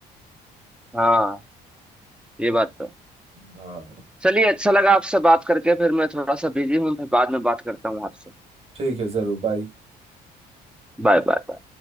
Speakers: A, in the centre; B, on the right.
A: हाँ ये बात तो है।
B: अ,
A: चलिए अच्छा लगा आपसे बात करके फिर मैं थोड़ा सा बिजी हूँ फिर बाद में बात करता हूँ आपसे
B: ठीक है जरूर बाय
A: Bye bye bye.